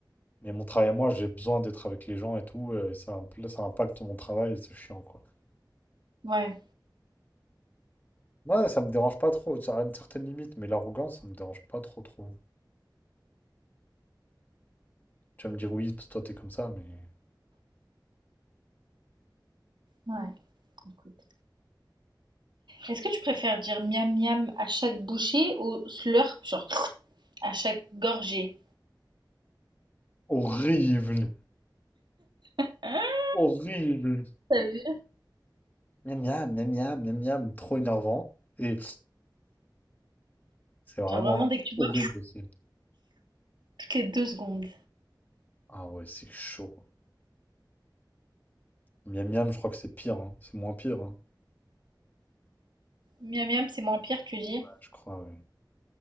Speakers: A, on the left; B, on the right.
A: Mais mon travail à moi, j'ai besoin d'être avec les gens et tout, euh, et ça, impl- ça impacte mon travail et c'est chiant, quoi.
B: Ouais,
A: Ouais, ça me dérange pas trop, ça a une certaine limite, mais l'arrogance, ça me dérange pas trop, trop. Tu vas me dire oui, parce que toi, t'es comme ça, mais.
B: ouais, écoute. Est-ce que tu préfères dire miam miam à chaque bouchée ou slurp, genre à chaque gorgée?
A: Horrible.
B: Hein,
A: Horrible.
B: t'as vu?
A: Miam miam, miam miam, miam miam, trop énervant. Et c'est vraiment
B: Genre vraiment dès que tu
A: horrible
B: vois
A: aussi.
B: toutes les deux secondes.
A: Ah ouais, c'est chaud. Miam miam, je crois que c'est pire, hein. C'est moins pire, hein.
B: Miam miam, c'est moins pire, tu dis.
A: Ouais, je crois, ouais.